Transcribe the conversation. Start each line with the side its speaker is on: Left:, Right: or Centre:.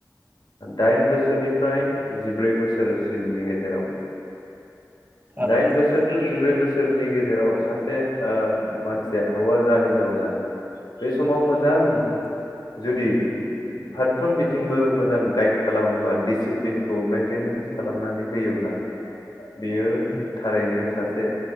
Left: दाइन बोसोरनिफ्राय जिब्रै बोसोरसिमनि गेजेराव
Right: थारैनो
Left: दाइन बोसोरथ
Right: नोंथां
Left: जिब्रै बोस सोरनि गेजेराव सासे ओ मानसिया हौवा जा हिनजाव जा बे समाव मो जां
Right: उम
Left: जुदि फारफ्रोम बिथिंबो मोजां गाइड खालामोबा डिसिप्लिनखौ मेेनटेनेन खालामनानै होयोब्ला बेयो
Right: उम
Left: थारैनो सासे